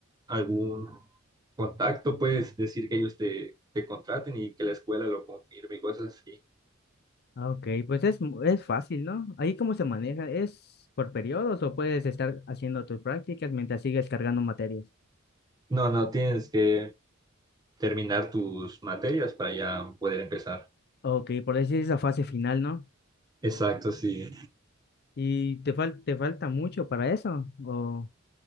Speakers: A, on the right (about 20°); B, on the left (about 50°).
A: algún contacto, puedes decir que ellos te, te contraten y que la escuela lo confirme y cosas así.
B: Ah, Ok, pues es, mu- es fácil, ¿no? Ahí cómo se maneja, ¿es por periodos o puedes estar haciendo tus prácticas mientras sigues cargando materias?
A: No, no, tienes que terminar tus materias para ya poder empezar.
B: Ok, por decir esa fase final, ¿no?
A: Exacto, sí.
B: ¿Y te fal- te falta mucho para eso o